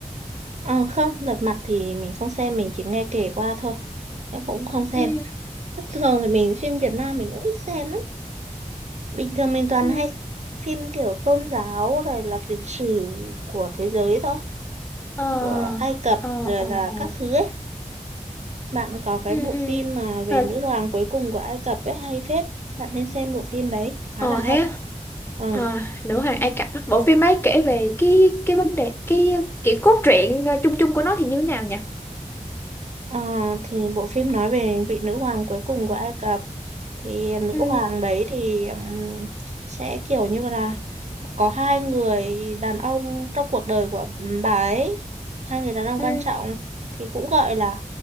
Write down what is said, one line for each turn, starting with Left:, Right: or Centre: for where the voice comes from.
Right: Ờ, không, lật mặt thì mình không xem, mình chỉ nghe kể qua thôi, em cũng không xem.
Left: ừ
Right: thường thì mình phim Việt Nam mình cũng ít xem lắm bình thường mình toàn
Left: ừ
Right: hay phim kiểu tôn giáo rồi là lịch sử của thế giới thôi
Left: ờ
Right: của Ai Cập
Left: ờ
Right: rồi
Left: ờ
Right: là
Left: ờ
Right: các thứ ấy bạn có cái
Left: ừ
Right: bộ
Left: ừ
Right: phim mà về
Left: rồi
Right: nữ hoàng cuối cùng của Ai Cập ấy hay phết bạn nên xem bộ phim đấy khá
Left: ờ
Right: là hay
Left: thế á.
Right: ừ.
Left: Ờ, nữ hoàng Ai Cập á. bộ phim ấy kể về cái cái vấn đề cái kiểu cốt truyện ờ, chung chung của nó thì như thế nào nhỉ
Right: À, thì bộ phim nói về vị nữ hoàng cuối cùng của Ai Cập thì nữ
Left: ừ
Right: hoàng đấy thì ừm, sẽ kiểu như là có hai người đàn ông trong cuộc đời của bà ấy hai người đàn ông
Left: ừ
Right: quan trọng thì cũng gọi là